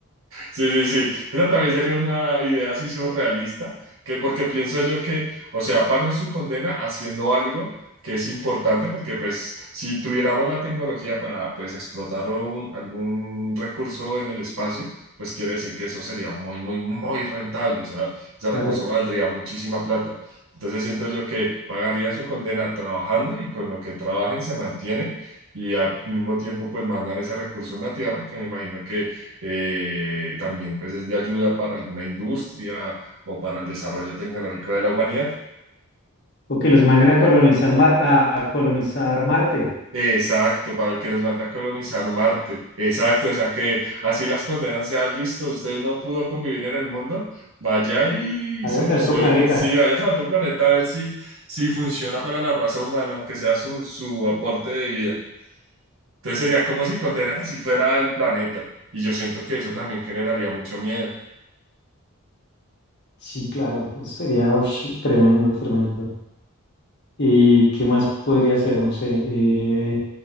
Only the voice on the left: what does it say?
claro.
O que los manden a colonizar, Mar- a a colonizar Marte,
vaya
hacia otro planeta.
Sí, claro, eso sería ush, tremendo, tremendo. ¿Y qué más podría ser? No sé. eh,